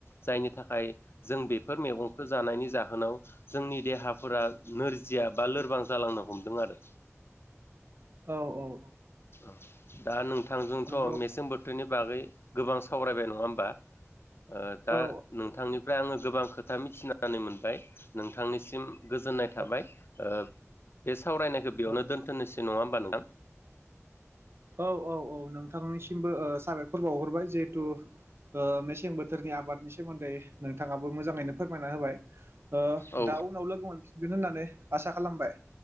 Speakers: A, on the left; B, on the right.
A: जायनि थाखाय जों बेफोर मैगंखौ जानायनि जाहोनाव जोंनि देहाफोरा नोरजिया बा लोरबां जालांनो हमदों आरो
B: औ औ
A: औ दा नोंथांजोंथ
B: नंगौ
A: मेसें बोथोरनि बागै गोबां सावरायबाय नङा ओमबा ओ दा
B: औ
A: नोंथांनिफ्राय आङो गोबां खोथा मिथिनानै मोनबाय नोंथांनिसिम गोजोननाय
B: औ
A: थाबाय ओ बे सावरायनायखौ
B: औ
A: बेयावनो
B: औ
A: दोनथनोसै नङा होमबा नोंथां
B: औ औ औ नोंथांनिसिमबो साबायखर बावहरबाय जिहेथु ओ मेसें बोथोरनि आबादनि सोमोन्दै नोंथाङाबो मोजाङैनो फोरमायनानै होबाय ओ
A: औ
B: दा उनाव लोगो मोनफिनगोन होननानै आसा खालामबाय।